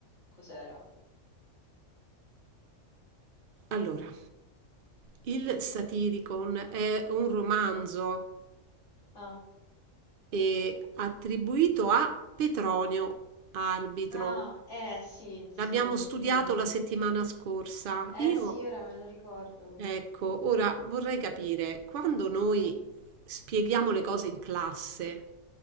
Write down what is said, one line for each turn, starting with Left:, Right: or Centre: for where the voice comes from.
Left: Cos'era?
Right: Allora, il Satiricon è un romanzo
Left: Ah,
Right: eh, attribuito a Petronio Arbitro.
Left: Ah, eh sì, sì,
Right: L'abbiamo studiato
Left: sì, mo.
Right: la settimana scorsa.
Left: Eh
Right: Io
Left: sì, ora me lo ricordo.
Right: Ecco, ora vorrei capire, quando noi spieghiamo le cose in classe,